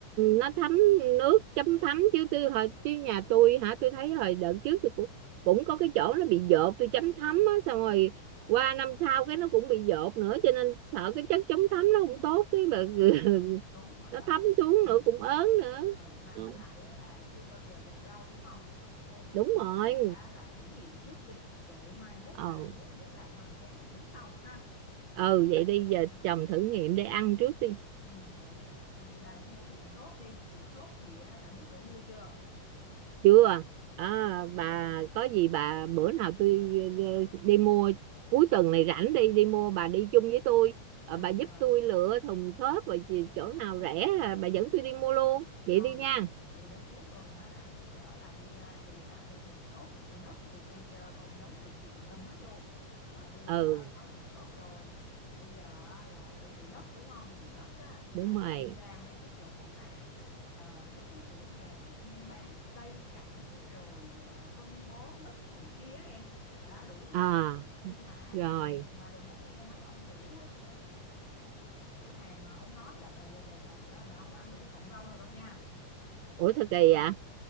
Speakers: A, on the right (about 80°); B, on the left (about 35°).
A: nó thấm nước chấm thấm chứ tôi hồi chứ nhà tôi hả tôi thấy hồi đợt trước tôi cũng cũng có cái chỗ nó bị dột tôi chấm thấm á xong rồi qua năm sau cái nó cũng bị dột nữa cho nên sợ cái chất chống thấm nó không tốt cái mà <laughs>
B: đúng rồi
A: nó
B: đó
A: thấm xuống
B: ừ.
A: nữa cũng ớn nữa
B: ừ. mà
A: Ờ
B: với lại á, bà chưa bao giờ trồng rau đúng không thôi tôi
A: đúng
B: khuyên
A: rồi
B: bà á, là thử nghiệm trước đi rồi mai mốt
A: ờ
B: bà muốn muốn làm hoành tráng thì tính sau ha
A: ừ
B: rồi
A: vậy đi giờ
B: Ừm,
A: chồng thử nghiệm để ăn trước đi
B: ừm, vậy đi, vậy thì bà đi mua thùng xốp đi, thùng xốp thì á, bà biết chỗ mua chưa?
A: chưa à, À, bà có gì bà bữa nào tôi ờ, đi mua cuối tuần này rảnh đi đi mua bà đi chung với tôi
B: Được
A: Ờ, bà giúp
B: rồi,
A: tôi lựa thùng xốp và chị- chỗ nào rẻ à, bà dẫn tôi đi mua luôn
B: rồi,
A: vậy đi nha
B: vậy để cuối tuần hả rảnh tôi chở bà đi à, chỉ bà mua thùng xốp rồi mua đất, mua cây à, con giống này kia tùm lum hết luôn. Rồi bây giờ
A: ừ
B: á, có thùng xốp rồi, bây giờ á, là chuẩn bị đất đúng không? Thì đất á,
A: đúng
B: bà
A: rồi
B: đi ra mấy cái chỗ mà ờ, mấy cái cửa hàng mà chuyên bán cây cảnh rồi à, phân bón đất này kia á em là đã đủ hết
A: à
B: nhưng mà
A: rồi
B: bà đừng mà đừng có nghe mấy ông chủ ờ, cửa hàng ông nói là bà về bà trồng là bà không có ăn được cái cọng rau nào đâu nha
A: ủa sao kỳ vậy